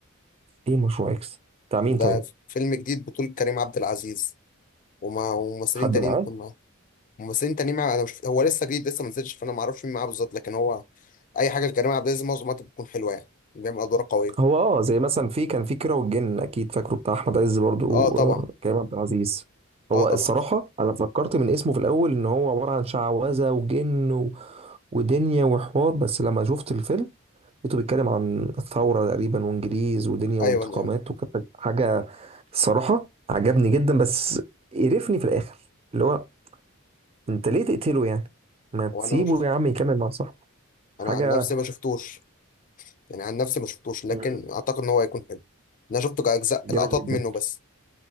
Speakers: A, on the right; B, on the left.
A: ايه مشروع اكس بتاع مين
B: ده
A: طيب
B: فيلم جديد بطولة كريم عبد العزيز وما وممثلين
A: حد
B: تانيين
A: معاه
B: بس انت ليه مع... انا مش هو لسه جديد لسه ما نزلش فانا ما اعرفش مين معاه بالظبط لكن هو اي حاجه لكريم عبد العزيز معظم الوقت بتكون حلوه يعني بيعمل ادوار قويه
A: هو اه زي مثلا في كان في كيرة والجن اكيد فاكره بتاع احمد عز برضو
B: اه
A: وكريم
B: طبعا
A: عبد العزيز هو
B: اه طبعا
A: الصراحه انا فكرت من اسمه في الاول ان هو عباره عن شعوذه وجن و... ودنيا وحوار بس لما شفت الفيلم لقيته بيتكلم عن الثوره تقريبا وانجليز ودنيا
B: ايوه
A: وانتقامات
B: انا ايوه
A: وكانت حاجه الصراحه عجبني جدا بس قرفني في الاخر اللي هو انت ليه تقتله يعني ما تسيبه
B: وانا ما شفت
A: يا عم يكمل مع صاحبه حاجه
B: انا عن نفسي ما شفتوش يعني عن نفسي ما شفتوش لكن
A: مم.
B: اعتقد ان هو هيكون حلو انا شفته كاجزاء
A: جامد
B: لقطات
A: جدا
B: منه بس